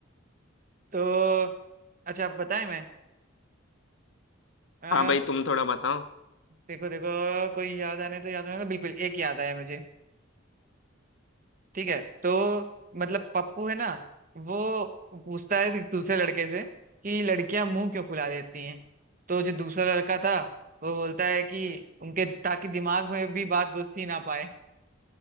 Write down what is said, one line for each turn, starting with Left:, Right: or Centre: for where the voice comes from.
Right: तो अच्छा बताएं मैं
Left: हाँ भाई तुम थोड़ा बताओ
Right: देखो देखो कोई याद आने तो याद आने तो बिल्कुल एक याद आया मुझे ठीक है तो मतलब पप्पू है ना वो पूछता है दूसरे लड़के से कि लड़कियां मुंह क्यों फुला देती हैं तो जो दूसरा लड़का था वो बोलता है कि उनके ताकि दिमाग में भी बात घुस ही ना पाए